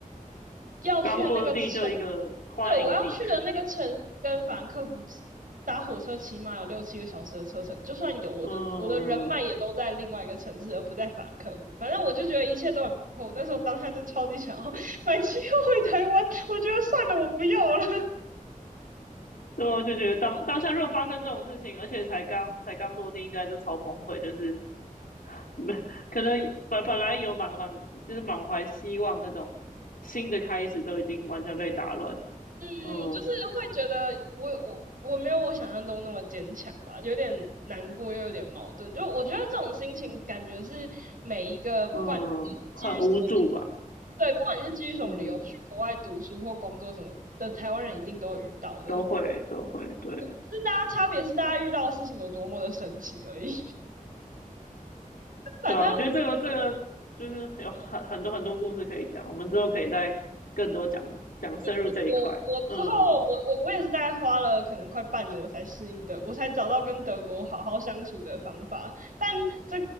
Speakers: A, on the right; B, on the left.
A: 要去的那个城，
B: 刚落地就一个欢迎礼。
A: 对，我要去的那个城跟法兰克福打火车起码有六七个小时的车程，就算有我的我的人脉也都在另外一个城市，
B: 嗯，
A: 而不在法兰克福。反正我就觉得一切都很不够，我那时候当下就超级想要 <laughs> 买机票回台湾，我觉得算了，我不要了。
B: 对啊我就觉得当当下如果发生这种事情，而且才刚才刚落地，应该就超崩溃，就是 <laughs> 没可能本本来有满满就是满怀希望那种新的开始，都已经完全被打乱。
A: 嗯，
B: 嗯
A: 就是会觉得我我我没有我想象中那么坚强吧，有点难过又有点矛盾。就我觉得这种心情感觉是每一个，不管你是基于什么，
B: 嗯，很无助吧？
A: 对，不管你是基于什么理由去国外读书或工作什么的，
B: 嗯，
A: 台湾人一定都会遇到的。
B: 都会都会，对
A: 只是大家差别是大家遇到的事情有多么的神奇而已。<laughs> 反正
B: 对啊，我觉得这个这个就是有很很多很多故事可以讲，我们之后可以再更多讲讲深入这一块。
A: 我我之后我我我也是大概花了可能快半年我才适应的，
B: 嗯，
A: 我才找到跟德国好好相处的方法。但这